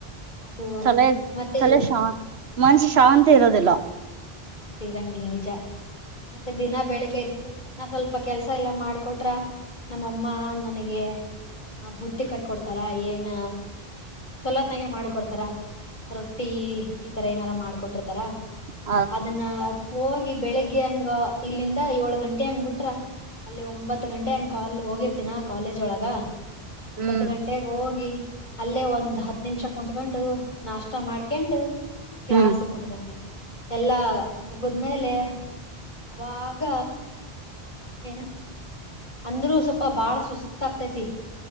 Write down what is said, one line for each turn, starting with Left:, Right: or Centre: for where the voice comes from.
Left: ಅದು ಒಂದು
Right: ತಲೆ
Left: ಮತ್ತೆ
Right: ತಲೆ ಶಾ ಮನಸ್ಸು ಶಾಂತಿ ಇರೋದಿಲ್ಲ.
Left: ಶಾಂತಿ ಇರಂಗಿಲ್ಲ ನಿಜ ಮತ್ತೆ ದಿನಾ ಬೆಳಿಗ್ಗೆ ಎದ್ದ. ನಾ ಸ್ವಲ್ಪ ಕೆಲಸಾ ಎಲ್ಲಾ ಮಾಡಿಕೊಟ್ರ ನಮ್ಮಅಮ್ಮ ನನಗೆ. ಹ ಬುತ್ತಿ ಕಟ್ಕೊಡ್ತಾರಾ ಏನ್. ಚೊಲತ್ನಾಗೆ ಮಾಡಿಕೊಡ್ತಾರ ರೊಟ್ಟಿ ಈ ತರ ಏನಾರ ಮಾಡಕೊಟ್ಟಿರ್ತಾರ.
Right: ಹು
Left: ಅದನ್ನ ಹೋಗಿ ಬೆಳಿಗ್ಗೆ ಹಂಗ ಇಲ್ಲಿಂದ ಏಳು ಗಂಟೆ ಹಂಗ ಬಿಟ್ರ. ಅಲ್ಲಿ ಒಂಬತ್ತು ಗಂಟೆ ಹಂಗ ಹೋಗಿರ್ತಿನ ಕಾಲೇಜ್ ಒಳಗ ಒಂಬತ್ತು
Right: ಹ್ಮ್
Left: ಗಂಟ. ಲ್ಲೆ ಹೋಗಿ ಅಲ್ಲೇ ಒಂದ್ ಹತ್ತ ನಿಮಿಷ ಕುತ್ಕೊಂಡು ನಾಷ್ಟ ಮಾಡ್ಕಂಡು. ಕ್ಲಾಸ್ಗೆ
Right: ಹ್ಮ್
Left: ಕುಂದ್ಕಂತತಿನಿ. ಎಲ್ಲಾ ಮುಗದ್ಮೇಲೆ ಅವಾಗ ಏನ. ಅಂದ್ರೂ ಸ್ವಲ್ಪ ಬಾಳ ಸುಸ್ತ ಆಗ್ತೈತಿ